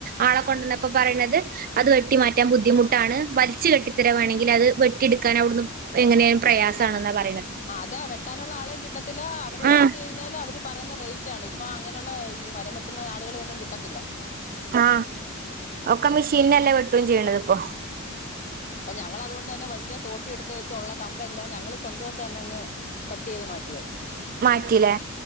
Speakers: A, on the right; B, on the left.
A: ആളെ കൊണ്ടുവന്നപ്പോ പറയണത് അത് വെട്ടി മാറ്റാൻ ബുദ്ധിമുട്ടാണ് വലിച്ച് കെട്ടിത്തര വേണെങ്കിൽ അത് വെട്ടിയെടുക്കാൻ അവിടുന്ന് എങ്ങനെ പ്രയാസാണെന്ന പറ
B: അതാ വെട്ടാനുള്ള ആളെയും കിട്ടത്തില്ല അവരെ
A: ആഹ്
B: വിളിച്ചു കഴിഞ്ഞാല് അവര് പറയുന്ന റേറ്റ് ആണ് ഇ ഇപ്പൊ അങ്ങനെയുള്ള ഈ മരംവെട്ടുന്ന ആളുകള ഒന്നും കിട്ടത്തില്ല
A: ആ ഒക്കെ മെഷീനല്ലേ വെട്ടും ചെയ്യണത് ഇപ്പൊ
B: ഞങ്ങൾ അതുകൊണ്ട് തന്നെ വലിയ തോട്ടി എടുത്ത് വെച്ചൊള്ള കമ്പ് എല്ലാം ഞങ്ങള് സ്വന്തമായിട്ട് തന്നെ അങ്ങ് കട്ട് ചെയ്ത് മാറ്റുവ
A: മാറ്റില്ലേ